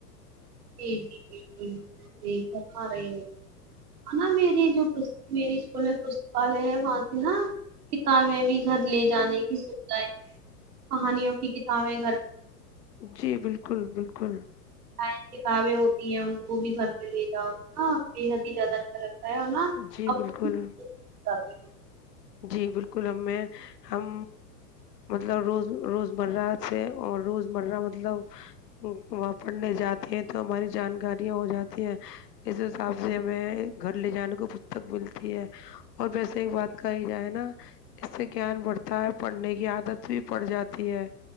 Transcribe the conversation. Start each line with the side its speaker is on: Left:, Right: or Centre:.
Right: جی جی بالکل ساہی فرما رہی ہے نا میری جو میری اسکول میں پستکالیہ ہے وہاں سے نا کتابیں بھی گھر لے جانے کی سوھا کہانیوں کی کتابیں گھر
Left: جی بالکل بالکل
Right: سائن کتابیں ہوتی ہیں ان کو بھی گھر پہ لے جاؤ نا بےحد ہی زیادہ اچھا لگتا
Left: جی
Right: <unintelligible>
Left: بالکل جی بالکل ہم میں ہم مطلب روز روزمرہ سے اور روزمرہ مطلب وہاں پڑھنے جاتے ہیں تو ہماری جانکاریاں ہو جاتی ہیں اس حساب سے ہمیں گھر لے جانے کو پستک ملتی ہے اور ویسے ایک بات کہی جائے نا اس سے گیان بڑھتا ہے پڑھنے کی عادت بھی پڑھ جاتی ہے